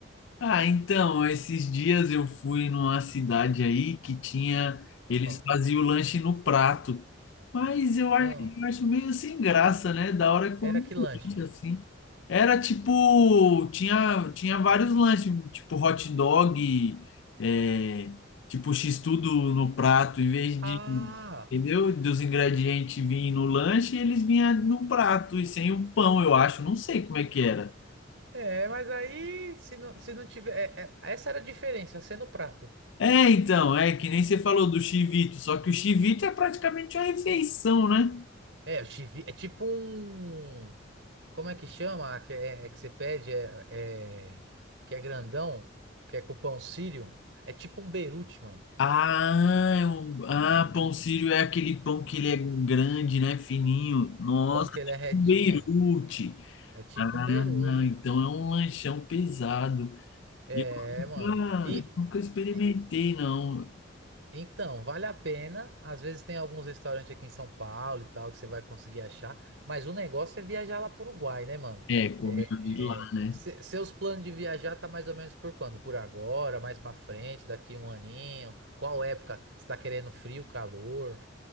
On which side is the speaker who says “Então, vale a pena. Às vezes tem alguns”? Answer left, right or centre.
Right